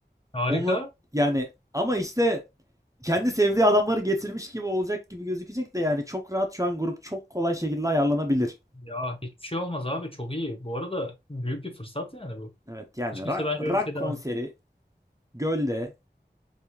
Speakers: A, on the left; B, on the right.
A: Harika.
B: Onunla yani ama işte kendi sevdiği adamları getirmiş gibi olacak gibi gözükecek de yani çok rahat şu an grup çok kolay şekilde ayarlanabilir.
A: Ya hiçbir şey olmaz abi çok iyi. Bu arada büyük bir fırsat yani bu.
B: Evet yani
A: Hiç
B: ra-
A: kimse bence öyle
B: rock
A: bir şey
B: konseri
A: demez.
B: gölde